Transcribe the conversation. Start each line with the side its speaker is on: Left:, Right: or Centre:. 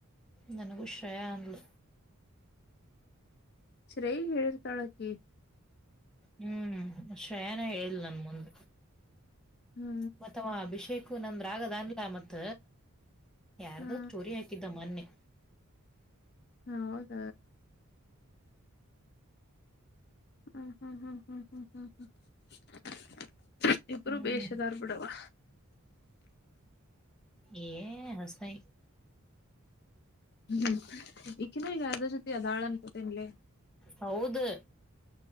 Centre: ನನಗು ಶ್ರೇಯಾಂದ್ಲ.
Left: ಶ್ರೇಯಿಗ ಹೇಳಿರ್ತಾಳಕಿ.
Centre: ಹ್ಮ್ ಶ್ರೇಯಾನ ಹೇಳಿಲ್ ನನ್ ಮುಂದ.
Left: ಹಾ
Centre: ಮತ್ತ ಅವ ಅಭಿಷೇಕೂ ನಂದ್ರಾಗ್ ಅದನ್ಲಾ ಮತ್ತ. ಯಾರ್ದೋ
Left: ಹಾ
Centre: ಸ್ಟೋರಿ ಹಾಕಿದ್ದ ಮನ್ನೆ.
Left: ಹೌದ. ಹ್ಹ್ ಹ್ಹ್ ಹ್ಹ್ ಹ್ಹ್ ಹ್ಹ್ ಹ್ಹ್ ಹ್ಹ್. ಇಬ್ರೂ
Centre: ಹ್ಮ್
Left: ಬೇಷದಾರ್ ಬಿಡವಾ.
Centre: ಏ ಹಸ್ತಯ.
Left: ಹ್ಮ್ ಇಕನ ಈಗ ಯಾದ ಸತಿ ಅದಾಳಾನ ಕೊತೀನೆ
Centre: ಹೌದು